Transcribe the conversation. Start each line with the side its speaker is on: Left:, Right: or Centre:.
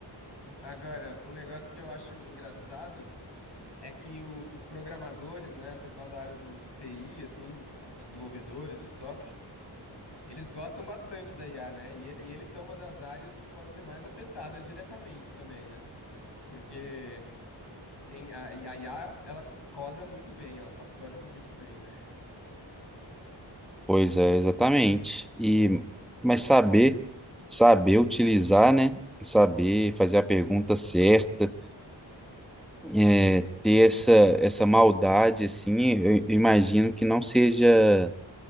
Left: Agora, um negócio que eu acho engraçado é que o- os programadores, né? O pessoal da área do, do TI, assim, desenvolvedores de software, eles gostam bastante da IA, né? E, e eles são uma das áreas que pode ser mais afetada diretamente também, né? Porque tem a, a IA, ela coda muito bem, ela faz códigos muito bem, né?
Centre: Pois é, exatamente. E, mas saber, saber utilizar, né? Saber fazer a pergunta certa, é, ter essa, essa maldade, assim, eu imagino que não seja